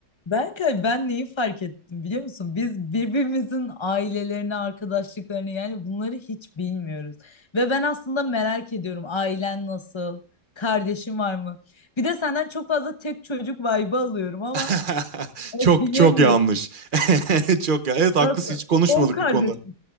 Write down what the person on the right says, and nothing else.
<laughs> Çok
çok yanlış. <laughs> Çok ya. Evet haklısın
hiç konuşmadık
bu konuda.